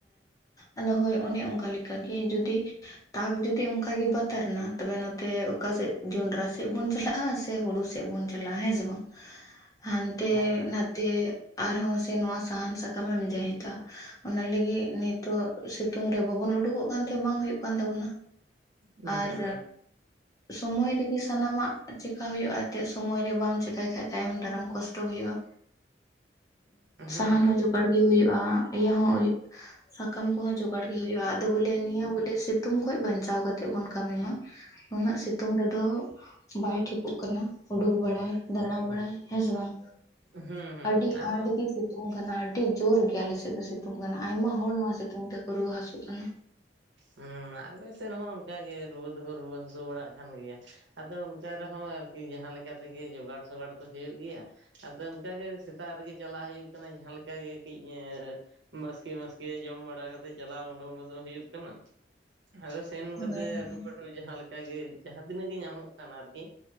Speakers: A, on the left (about 20°); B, on the right (about 80°).
A: ᱟᱫᱚ ᱦᱳᱭ ᱚᱱᱮ ᱚᱱᱠᱟ ᱞᱮᱠᱟ ᱜᱮ ᱡᱩᱫᱤ ᱛᱟᱠ ᱡᱩᱫᱤ ᱚᱱᱠᱟᱜᱮ ᱵᱟᱛᱟᱨᱱᱟ ᱛᱚᱵᱮ ᱱᱚᱛᱮ ᱚᱠᱟ ᱥᱮᱫ ᱡᱚᱸᱰᱨᱟ ᱥᱮᱫ ᱵᱚᱱ ᱪᱟᱞᱟᱜᱼᱟ ᱥᱮ ᱦᱩᱲᱩ ᱥᱮᱫ ᱵᱚᱱ ᱪᱟᱞᱟᱜᱼᱟ ᱾ ᱪᱟᱞᱟᱜ ᱦᱮᱸ ᱥᱮ ᱵᱟᱝ? ᱦᱟᱱᱛᱮ
B: ᱦᱮᱸ
A: ᱱᱷᱟᱛᱮ ᱟᱨᱦᱚᱸ ᱥᱮ ᱱᱚᱣᱟ ᱥᱟᱦᱟᱱ ᱥᱟᱠᱟᱢ ᱢᱮᱢ ᱡᱟᱹᱦᱤᱸᱛᱟ ᱾ ᱚᱱᱟ ᱞᱟᱹᱜᱤᱫ ᱱᱤᱛᱚᱜ ᱥᱤᱛᱩᱝ ᱨᱮ ᱵᱟᱵᱚᱱ ᱩᱰᱩᱠᱚᱜ ᱠᱟᱱ ᱛᱷᱮ ᱵᱟᱝ ᱦᱳᱭᱳᱜ ᱠᱟᱱ ᱛᱟᱵᱚᱱᱟ
B: ᱦᱩᱸ
A: ᱟᱨ
B: ᱦᱩᱸ
A: ᱥᱚᱢᱚᱭ ᱨᱮᱜᱮ ᱥᱟᱱᱟᱢᱟᱜ ᱪᱮᱠᱟ ᱦᱩᱭᱩᱜᱼᱟ ᱮᱱᱛᱮᱫ ᱥᱳᱢᱳ ᱨᱮ ᱵᱟᱢ ᱪᱮᱠᱟᱭ ᱠᱷᱟᱡ ᱛᱟᱭᱚᱢ ᱫᱟᱨᱟᱢ ᱠᱚᱥᱴᱚ ᱦᱩᱭᱩᱜᱼᱟ᱾
B: ᱦᱩᱸ
A: ᱥᱟᱦᱟᱱ ᱦᱚᱸ ᱡᱚᱜᱟᱲ ᱜᱮ ᱦᱩᱭᱩᱜᱼᱟ ᱤᱭᱟᱹ ᱦᱚᱸ ᱥᱟᱠᱟᱢ ᱠᱚᱦᱚᱸ ᱡᱚᱜᱟᱲ ᱜᱮ ᱦᱩᱭᱩᱜᱼᱟ ᱟᱫᱚ ᱵᱚᱞᱮ ᱱᱤᱭᱟᱹ ᱵᱚᱞᱮ ᱥᱤᱛᱩᱝ ᱠᱷᱚᱱ ᱵᱟᱧᱪᱟᱣ ᱠᱟᱛᱮᱜ ᱵᱚᱱ ᱠᱟᱹᱢᱤ ᱢᱟ ᱱᱩᱱᱟᱹᱜ ᱥᱤᱛᱩᱝ ᱨᱮᱫᱚ ᱵᱟᱭ ᱴᱷᱤᱠᱚᱜ ᱠᱟᱱᱟ ᱩᱰᱩᱠ ᱵᱟᱲᱟᱭ ᱫᱟᱬᱟ ᱵᱟᱲᱟᱭ ᱦᱮᱸᱥᱮ ᱵᱟᱝ?
B: ᱦᱩᱸ ᱦᱩᱸ
A: ᱟᱹᱰᱤ
B: ᱟᱫᱚ
A: ᱟᱸᱴ ᱜᱮ ᱥᱤ ᱛᱩᱝ ᱠᱟᱱᱟ ᱟᱹᱰᱤ ᱡᱳᱨ ᱜᱮ ᱟᱞᱮᱥᱮᱫ ᱫᱚ ᱥᱤᱛᱩᱝ ᱠᱟᱱᱟ ᱟᱭᱢᱟ ᱦᱚᱲ ᱱᱚᱶᱟ ᱥᱤᱛᱩᱝ ᱛᱮᱠᱚ ᱨᱩᱣᱟᱹ ᱦᱟᱹᱥᱩᱜ ᱠᱟᱱᱟ
B: ᱦᱮᱸ ᱟᱞᱮ ᱥᱮᱫ ᱦᱚᱸ ᱚᱱᱠᱟ ᱜᱮ ᱨᱩᱣᱟᱹ ᱫᱚᱠᱚ ᱨᱩᱣᱟᱹ ᱦᱟᱹᱥᱳ ᱵᱟᱲᱟᱜ ᱠᱟᱱ ᱜᱮᱭᱟ <inaudible> ᱟᱫᱚ ᱚᱱᱠᱟ ᱨᱮᱦᱚᱸ ᱟᱨᱠᱤ ᱡᱟᱦᱟᱸ ᱞᱮᱠᱟ ᱛᱮᱜᱮ ᱡᱚᱜᱟᱲ ᱥᱚᱜᱟᱲ ᱫᱚ ᱦᱩᱭᱩᱜ ᱜᱮᱭᱟ ᱟᱫᱚ ᱚᱱᱠᱟᱜᱮ ᱥᱮᱛᱟᱜ ᱨᱮᱜᱮ ᱪᱟᱞᱟᱜ ᱦᱩᱭᱩᱜ ᱠᱟᱱᱟ ᱡᱟᱦᱟᱸᱞᱮᱠᱟᱜᱮ ᱠᱟᱹᱡ ᱵᱟᱥ ᱵᱟᱥᱠᱮᱭᱟᱜ ᱡᱚᱢ ᱵᱟᱲᱟ ᱠᱟᱛᱮ ᱪᱟᱞᱟᱣ ᱳᱰᱳᱝ ᱜᱚ ᱫᱚᱜ ᱦᱩᱭᱩᱜ ᱠᱟᱱᱟ ᱟᱫᱚ ᱥᱮᱱ
A: ᱦᱳᱭ
B: ᱠᱟᱛᱮ
A: ᱦᱳᱭ
B: ᱟ. ᱴᱩ ᱯᱟᱴᱩ ᱡᱟᱦᱟᱸ ᱞᱮᱠᱟ ᱜᱮ ᱡᱟᱦᱟᱸ ᱛᱤᱱᱟᱹᱜ ᱜᱮ ᱧᱟᱢᱚᱜ ᱠᱟᱱᱟ ᱟᱨᱠᱤ